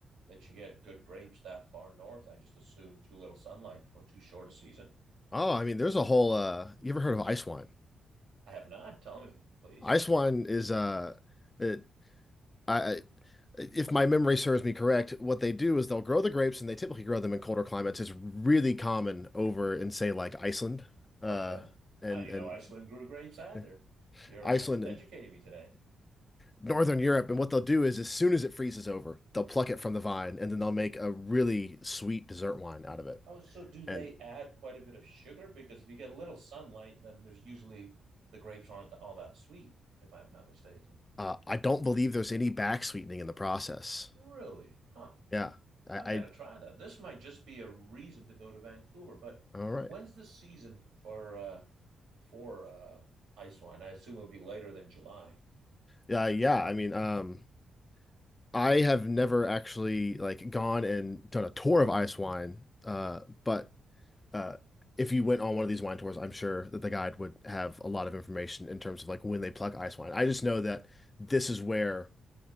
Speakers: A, on the right; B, on the left.
A: that you get good grapes that far north. I just assumed too little sunlight or too short a season.
B: Oh, I mean, there's a whole uh you ever heard of ice wine?
A: I have not. Tell me, please.
B: Ice wine is uh it I I- if my memory serves me correct, what they do is they'll grow the grapes and they typically grow them in colder climates. It's really common over in say like Iceland uh
A: Okay.
B: and
A: I didn't
B: and
A: know Iceland grew grapes either.
B: eh,
A: You're
B: Iceland
A: uh, educating
B: and
A: me today.
B: Northern Europe, and what they'll do is as soon as it freezes over, they'll pluck it from the vine and then they'll make a really sweet dessert wine out of it.
A: Oh, so do they
B: And
A: add quite a bit of sugar? Because if you get a little sunlight, then there's usually the grapes aren't all that sweet, if I'm not mistaken.
B: uh, I don't believe there's any back sweetening in the process.
A: Really? Huh.
B: Yeah. I,
A: I've
B: I
A: got to try that. This might just be a reason to go to Vancouver. But
B: all right.
A: when's the season for uh, for uh, ice wine? I assume it would be later than July.
B: Yeah, yeah. I mean, um, I have never actually like gone and done a tour of ice wine, uh, but uh, if you went on one of these wine tours, I'm sure that the guide would have a lot of information in terms of like when they pluck ice wine. I just know that this is where